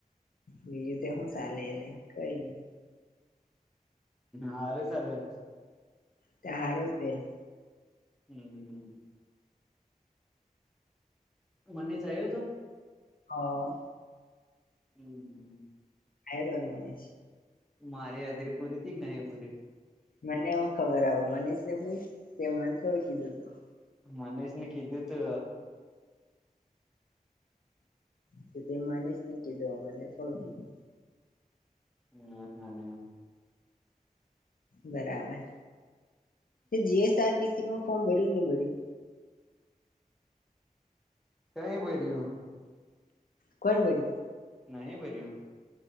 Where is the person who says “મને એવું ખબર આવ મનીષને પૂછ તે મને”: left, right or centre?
Left